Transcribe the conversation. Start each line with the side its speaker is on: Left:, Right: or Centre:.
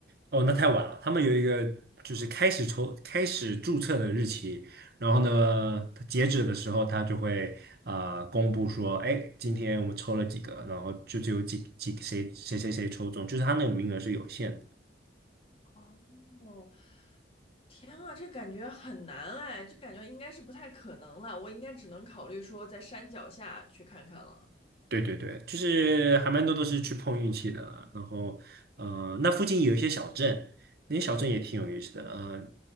Right: 哦，那太晚了，他们有一个就是开始抽、开始注册的日期，然后呢，它截止的时候，他就会啊公布说，哎，今天我们抽了几个，然后就只有几几谁谁谁谁抽中，就是他那个名额是有限的。
Left: 哦，天啊，这感觉很难哎，就感觉应该是不太可能了。我应该只能考虑说在山脚下去看看了。
Right: 对对对，就是还蛮多都是去碰运气的啦。然后，呃，那附近有一些小镇，那些小镇也挺有意思的。呃，